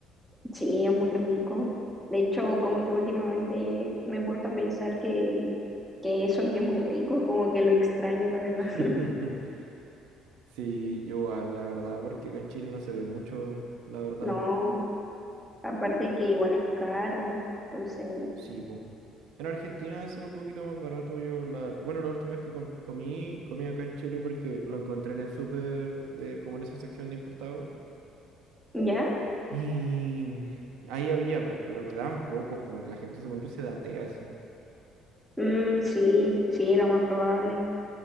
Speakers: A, in the centre; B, on the right.
A: sí, es muy rico. De hecho, como que últimamente me he puesto a pensar que, que eso que es muy rico, como que lo extraño, la verdad.
B: <laughs>
A: <laughs>
B: Sí, yo igual, la verdad, porque acá en Chile no se ve mucho, la verdad.
A: No. Aparte que igual es caro, entonces,
B: Sí, pues. En Argentina debe ser un poquito más barato. Yo la, bueno, la última vez que com- comí, comí acá en Chile porque lo encontré en el súper, eh, como en esa sección de importados.
A: ¿ya?
B: Y ahí había, pues, pero quedaban pocos, como que la gente, según yo, se datea así.
A: Mm, sí, sí, lo más probable.